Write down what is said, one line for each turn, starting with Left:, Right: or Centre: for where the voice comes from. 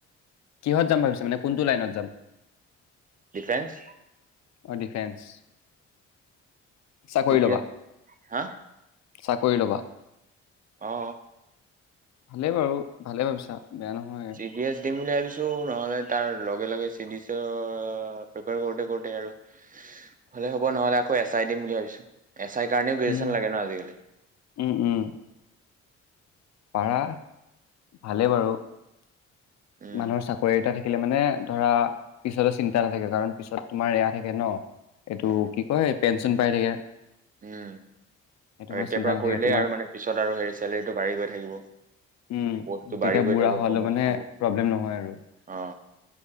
Left: কিহত যাম ভাবিছা মানে কোনটো লাইনত যাম?
Right: ডিফেন্স।
Left: অ ডিফেন্স। চাকৰি
Right: <unintelligible>
Left: ল'বা,
Right: হা?
Left: চাকৰি ল'বা?
Right: অ।
Left: ভালে বাৰু ভালে ভাবিছা। বেয়া নহয়।
Right: চিডি এছ ডিম বুলি ছো নহলে তাৰ লগে লগে চিডিচ ও পিপাৰ কৰোতে কৰোঁতে আৰু হলে হ'ব নহলে আকৌ এছ আই দিম বুলি ভাবিছো। এছ আইৰ কাৰণেও গ্ৰেজুৱেচন
Left: উম।
Right: লাগে ন আজিকালি।
Left: উম, উম, পাৰা ভালেই বাৰু।
Right: উম
Left: মানুহৰ চাকৰি এটা থাকিলে মানে ধৰা পিছতো চিন্তা নাথাকে কাৰণ পিছত তোমাৰ এয়া থাকে ন। এইটো
Right: অ
Left: কি কয় পেঞ্চন পাই থাকে।
Right: উম আৰু
Left: সেইটো মানে
Right: এতিয়াৰ
Left: চিন্তা
Right: পৰা
Left: নাথাকে
Right: কৰিলেই
Left: তোমাৰ
Right: আৰু মানে পিছত আৰু হে চেলেৰিটো বাঢ়ি গৈ থাকিব। পচটো
Left: উম, তেতিয়া
Right: বাঢ়ি গৈ
Left: বুঢ়া
Right: থাকিব
Left: হোৱালৈ
Right: প্ৰমোচন
Left: মানে
Right: হব।
Left: প্ৰব্লেম নহয় আৰু
Right: অ